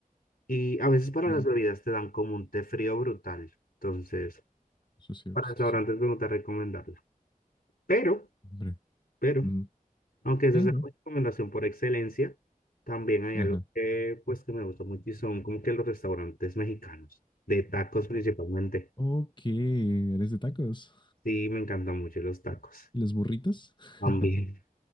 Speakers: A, on the left (about 80°); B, on the left (about 30°).
A: Y a veces para
B: Ujú.
A: las bebidas te dan como un té frío brutal. Entonces,
B: Eso sí,
A: para
B: esto
A: restaurantes
B: sí.
A: me gusta recomendarla. Pero,
B: Hombre.
A: pero...
B: Mm,
A: Aunque esa
B: Pero,
A: es la recomendación por excelencia, también hay
B: ajá.
A: algo que, pues, que me gusta mucho y son como que los restaurantes mexicanos, de tacos principalmente.
B: Ok, eres de tacos.
A: Sí, me encantan mucho los tacos.
B: ¿Y las burritas? <laughs>
A: También,